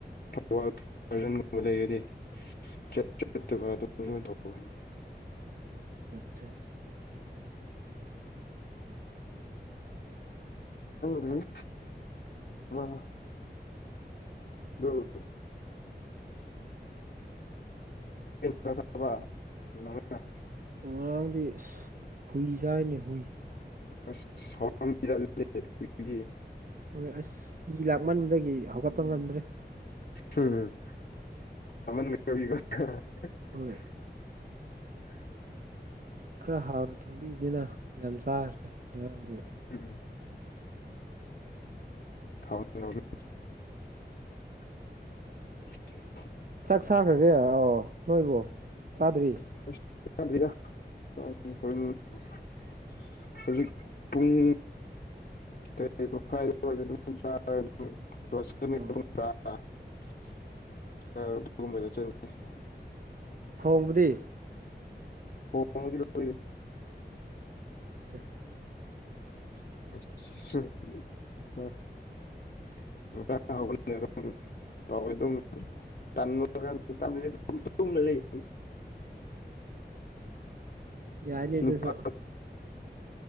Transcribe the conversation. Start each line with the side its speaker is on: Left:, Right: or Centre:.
Left: ꯊꯧꯕꯥꯜ ꯒꯥꯔꯗꯟꯒꯨꯝꯕ ꯂꯩꯔꯗꯤ ꯆꯠ ꯆꯠꯇꯕ ꯑꯗꯨꯝꯣꯟ ꯇꯧꯕ
Right: ꯑꯠꯆꯥ
Left: <inaudible> ꯍꯔꯤ ꯋꯥ ꯍ ꯒ ꯁꯕ ꯑꯥ
Right: ꯉꯔꯥꯡꯗꯤ ꯑꯁ ꯍꯨꯏ ꯆꯥꯔꯤꯅꯤ ꯍꯨꯏ
Left: <unintelligible>
Right: ꯍꯣꯏ ꯑꯁ ꯏ ꯂꯥꯛꯃꯟꯕꯗꯒꯤ ꯍꯧꯒꯠꯄ ꯉꯝꯗ꯭ꯔꯦ
Left: ꯎꯝ <unintelligible>
Right: ꯍꯣꯏ
Left: <inaudible>
Right: ꯈꯔ ꯍꯥꯎꯅ ꯈꯣꯡꯕꯤꯕꯅꯤꯅ ꯌꯥꯝ ꯆꯥꯈ꯭ꯔꯦ ꯉꯔꯥꯡꯗꯤ
Left: ꯎꯝ <unintelligible> <inaudible>
Right: ꯆꯥꯛ ꯆꯈ꯭ꯔꯒꯦ ꯑꯣ ꯅꯣꯏꯕꯨ ꯆꯥꯗ꯭ꯔꯤ
Left: <unintelligible> ꯍꯧꯖꯤꯛ ꯄꯨꯡ ꯆ <unintelligible>
Right: ꯑꯣ
Left: ꯆ <unintelligible>
Right: ꯊꯣꯡꯕꯗꯤ
Left: ꯍ <unintelligible>
Right: ꯑꯆꯥ
Left: <inaudible> ꯑꯗꯨꯝ ꯇ ꯂꯩ
Right: ꯌꯥꯏꯅꯦ
Left: ꯅꯨꯄꯥ
Right: ꯑꯗꯨꯁꯨ